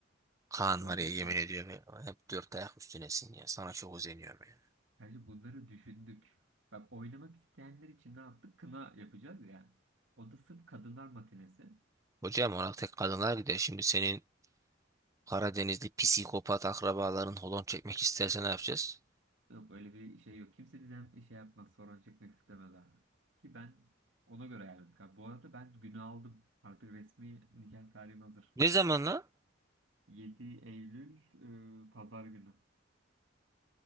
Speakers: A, on the right; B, on the right.
A: Kaan
B: Oldu
A: var ya yemin
B: bura.
A: ediyorum. Hep dört ayak üstünesin ya. Sana çok özeniyorum ya.
B: Gerçi bunları düşündük. Bak oynamak isteyenler için ne yaptık? Kına yapacağız ya. O da sırf kadınlar matinesi.
A: Hocam ona tek kadınlar gider. Şimdi senin Karadenizli psikopat akrabaların holon çekmek isterse ne yapacağız?
B: Yok öyle bir şey yok. Kimse bizden bir şey yapmaz. Sorun çekmek istemez abi. Ki ben ona göre ayarladık abi. Bu arada ben günü aldım. Artık resmi nikah tarihim hazır.
A: Ne zaman lan?
B: 7 Eylül e, pazar günü.